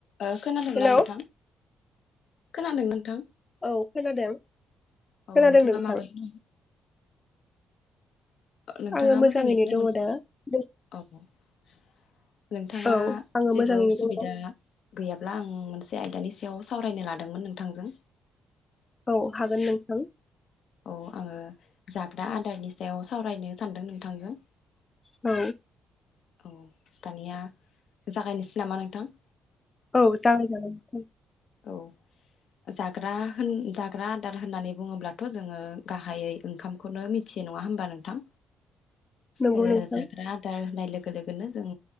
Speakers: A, on the left (about 65°); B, on the left (about 25°).
A: ओ खोनादोंना
B: हेलौ
A: नोंथां। खोनादों नोंथां।
B: औ खोनादों खोनादों
A: औ नोंथाङा
B: नोंथां।
A: माबायदि नोंथाङा
B: आङो
A: मोजाङैनो दङ ना
B: दा नों-
A: औ। <inaudible> नोंथाङा
B: औ आङो
A: जेबो
B: मोजाङैनो
A: उसुबिदा।
B: दङ
A: गैयाब्ला आं मोनसे आयदानि सायाव सावरायनो लादोंमोन नोंथांजों।
B: औ हागोन नोंथां।
A: औ आङो जाग्रा आदारनि सायाव सावरायनो सानदों नोंथांजों।
B: औ।
A: औ दानिया जागायनोसै नामा नोंथां?
B: औ जागाय जागोन।
A: औ जाग्रा होन जाग्रा आदार होननानै बुङोब्लाथ' जोङो गाहायै ओंखामखौनो मिथियो नङा होमबा नोंथां?
B: नंगौ
A: ओ
B: नोंथां
A: जाग्रा आदार होननाय लोगो लोगोनो जों